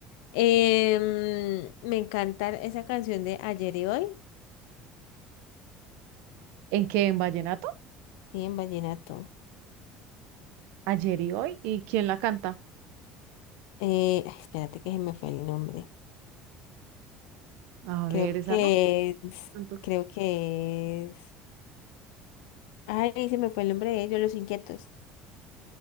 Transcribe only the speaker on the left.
Em, me encanta esa canción de Ayer y Hoy.
Sí, en vallenato.
Eh, ay, espérate que se me fue el nombre.
Creo
que
es,
creo que es. Ay, se me fue el nombre de ellos, Los Inquietos.